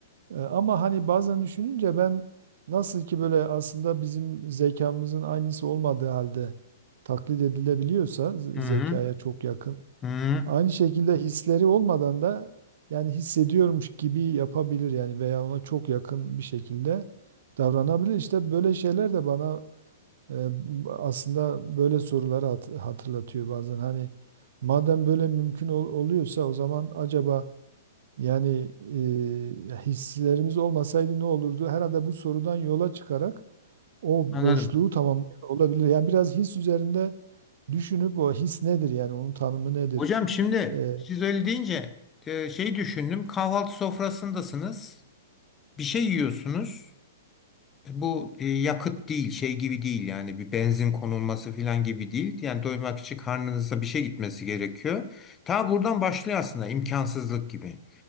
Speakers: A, on the right (about 60°); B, on the left (about 20°).
A: E, ama hani bazen düşününce ben nasıl ki böyle aslında bizim zekamızın aynısı olmadığı halde taklit edilebiliyorsa z-
B: Hı
A: zekaya
B: hı.
A: çok yakın
B: Hı,
A: Aynı şekilde hisleri olmadan da yani hissediyormuş gibi yapabilir yani veya ona çok yakın bir şekilde davranabilir. İşte böyle şeyler de bana e, aslında böyle soruları hat- hatırlatıyor bazen. Hani madem böyle mümkün ol- oluyorsa o zaman acaba yani e, hislerimiz olmasaydı ne olurdu? Herhalde bu sorudan yola çıkarak o
B: anladım.
A: boşluğu tamamlayan olabilir. Yani biraz his üzerinde düşünüp o his nedir yani onun tanımı nedir?
B: Hocam şimdi
A: E,
B: siz öyle deyince e, şey düşündüm. Kahvaltı sofrasındasınız. Bir şey yiyorsunuz. E, Bu e, yakıt değil, şey gibi değil yani bir benzin konulması falan gibi değil. Yani doymak için karnınıza bir şey gitmesi gerekiyor. Ta buradan başlıyor aslında imkansızlık gibi.